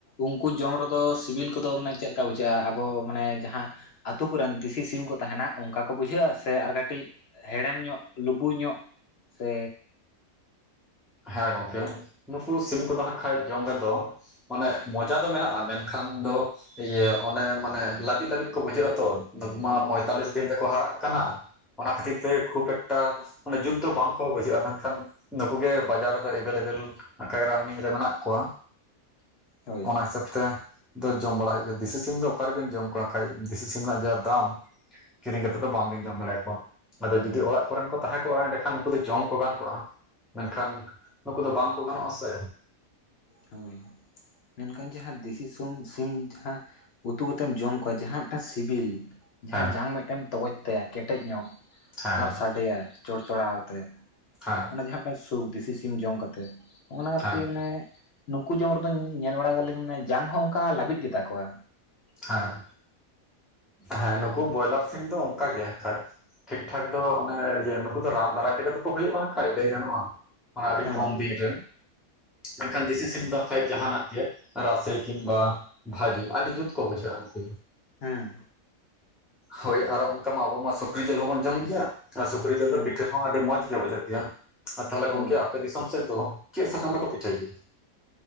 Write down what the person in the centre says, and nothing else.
ᱦᱮᱸ ᱜᱚᱝᱠᱮ ᱱᱩᱠᱩ ᱥᱤᱢ ᱠᱚᱫᱚ ᱦᱟᱸᱜ ᱠᱷᱟᱡ ᱡᱚᱢ ᱨᱮᱫᱚ ᱢᱟᱱᱮ ᱢᱚᱡᱟ ᱫᱚ ᱢᱮᱱᱟᱜᱼᱟ ᱢᱮᱱᱠᱷᱟᱱ ᱫᱚ ᱤᱭᱟᱹ ᱚᱱᱮ ᱢᱟᱱᱮ ᱞᱟᱹᱵᱤᱫ ᱞᱟᱹᱵᱤᱫ ᱠᱚ ᱵᱩᱡᱷᱟᱹᱜ-ᱟ ᱛᱚ ᱱᱩᱠᱩ ᱢᱟ ᱯᱚᱸᱭᱛᱟᱞᱞᱤᱥ ᱫᱤᱱ ᱛᱮᱠᱚ ᱦᱟᱨᱟᱜ ᱠᱟᱱᱟ᱾ ᱚᱱᱟ ᱠᱷᱟᱹᱛᱤᱨ ᱛᱮ ᱠᱷᱩᱵ ᱮᱠᱴᱟ ᱢᱟᱱᱮ ᱡᱩᱫᱽ ᱫᱚ ᱵᱟᱝ ᱠᱚ ᱵᱩᱡᱷᱟᱹᱜᱼᱟ᱾ ᱢᱮᱱᱠᱷᱟᱱ ᱱᱩᱠᱩ ᱜᱮ ᱵᱟᱡᱟᱨ ᱨᱮᱫᱚ ᱮᱵᱮᱞ ᱮᱵᱮᱞ ᱦᱟᱸᱜ ᱠᱷᱟᱭ ᱨᱟᱱᱱᱤᱝ ᱨᱮ ᱢᱮᱱᱟᱜ ᱠᱚᱣᱟ᱾
ᱚᱱᱟ ᱦᱤᱥᱟᱹᱵ ᱛᱮ ᱫᱚ ᱡᱚᱢ ᱵᱟᱲᱟᱭ ᱦᱩᱭᱩᱜ ᱜᱮᱭᱟ ᱫᱮᱥᱤ ᱥᱤᱢ ᱫᱚ ᱚᱠᱟᱨᱮᱵᱮᱱ ᱡᱚᱢ ᱠᱚᱣᱟ ᱦᱟᱸᱜ ᱠᱷᱟᱡ ᱫᱤᱥᱤ ᱥᱤᱢ ᱨᱮᱱᱟᱜ ᱡᱟ ᱫᱟᱢ ᱠᱤᱨᱤᱧ ᱠᱟᱛᱮᱫ ᱫᱚ ᱵᱟᱝ ᱵᱤᱱ ᱡᱚᱢ ᱫᱟᱲᱮᱭᱟ ᱠᱚᱣᱟ᱾ ᱟᱫᱚ ᱡᱩᱫᱤ ᱚᱲᱟᱜ ᱠᱚᱨᱮᱱ ᱠᱚ ᱛᱟᱦᱮᱸ ᱠᱚᱜᱼᱟ ᱮᱸᱰᱮᱠᱷᱟᱱ ᱩᱱᱠᱩ ᱫᱚ ᱡᱚᱢ ᱠᱚ ᱜᱟᱱ ᱠᱚᱜᱼᱟ᱾ ᱮᱠᱷᱟᱱ ᱱᱩᱠᱩ ᱫᱚ ᱵᱟᱝ ᱠᱚ ᱜᱟᱱᱚᱜᱼᱟ ᱥᱮ᱾
ᱦᱮᱸ
ᱦᱮᱸ
ᱦᱮᱸ
ᱦᱮᱸ
ᱦᱮᱸ ᱦᱮᱸ ᱱᱩᱠᱩ ᱵᱚᱭᱞᱟᱨ ᱥᱤᱢ ᱫᱚ ᱚᱱᱠᱟ ᱜᱮ ᱦᱟᱸᱜ ᱠᱷᱟᱡ᱾ ᱴᱷᱤᱠ ᱴᱷᱟᱠ ᱫᱚ ᱚᱱᱮ ᱤᱭᱟᱹ ᱱᱩᱠᱩ ᱫᱚ ᱨᱟᱱ ᱫᱟᱨᱟᱭ ᱛᱮᱜᱮ ᱛᱚᱠᱚ ᱦᱩᱭᱩᱜᱼᱟ᱾ ᱦᱟᱸᱜ ᱠᱷᱟᱡ ᱞᱟᱹᱭ ᱜᱟᱱᱚᱜᱼᱟ᱾ ᱢᱟᱱᱮ ᱟᱹᱰᱤ
ᱠᱚᱢ ᱫᱤᱱ ᱨᱮᱱ᱾ ᱢᱮᱱᱠᱷᱟᱱ ᱫᱮᱥᱤ ᱥᱤᱢ ᱫᱚ ᱦᱟᱸᱜ ᱠᱷᱟᱡ ᱡᱟᱦᱟᱱᱟᱜ ᱛᱮ ᱨᱟᱥᱮ ᱠᱤᱝᱵᱟ ᱵᱷᱟᱹᱡᱤ ᱟᱹᱰᱤ ᱡᱩᱛ ᱠᱚ ᱵᱩᱡᱟᱹᱜ-ᱟ ᱱᱩᱠᱩ
ᱦᱳᱭ ᱟᱨᱚ ᱚᱱᱠᱟ ᱢᱟ ᱟᱵᱚ ᱢᱟ ᱥᱩᱠᱨᱤ ᱡᱮᱞ ᱦᱚᱸᱵᱚᱱ ᱡᱚᱢ ᱜᱮᱭᱟ ᱟᱨ ᱥᱩᱠᱨᱤ ᱡᱤᱞ
ᱫᱚ ᱯᱤᱴᱷᱟᱹ ᱦᱚᱸ ᱟᱹᱰᱤ ᱢᱚᱡᱽ ᱜᱮ ᱵᱩᱡᱷᱟᱹᱜ ᱜᱮᱭᱟ᱾ ᱟᱨ ᱛᱟᱦᱚᱞᱮ ᱜᱚᱝᱠᱮ
ᱟᱯᱮ ᱫᱤᱥᱚᱢ ᱥᱮᱫ ᱫᱚ ᱪᱮᱫ ᱥᱟᱠᱟᱢ ᱨᱮᱠᱚ ᱯᱤᱴᱷᱟᱹᱭ ᱜᱮᱭᱟ?